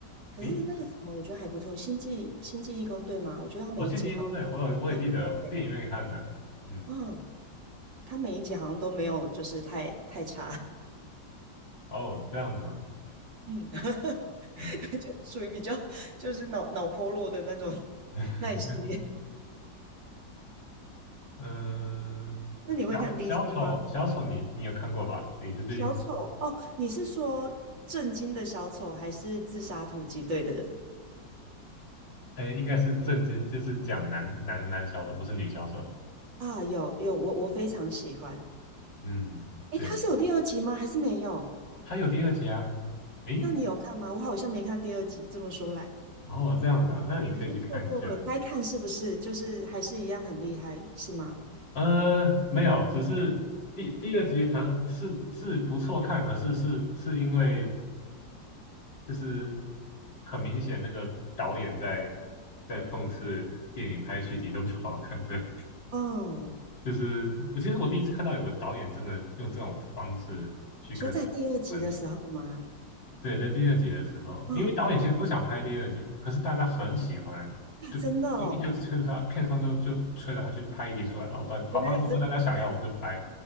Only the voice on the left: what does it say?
诶，
哦，谢金哦，对，我有我也记得电影院看的，嗯，
哦，这样子吗？
嗯
<laughs>
嗯，
小小丑小丑你你有看过吧？
也是最近，
诶，应该是正经，就是讲男男男小丑，不是女小丑。
嗯，
对，
他有第二集啊。诶，
哦，这样子啊，那你可以去看一下。
呃，没有，只是第第二集很是是不错看，可是是是因为就是很明显那个导演在在讽刺电影拍续集都不好看，这样
就是我其实我第一次看到有个导演真的用这种方式去跟观众
对，在第二集的时候，
因为导演其实不想拍第二集，可是大家很喜欢，
就就一就催着他，片商就就催着他去拍一集出来，然后导演好吧，
如果大家想要我就拍，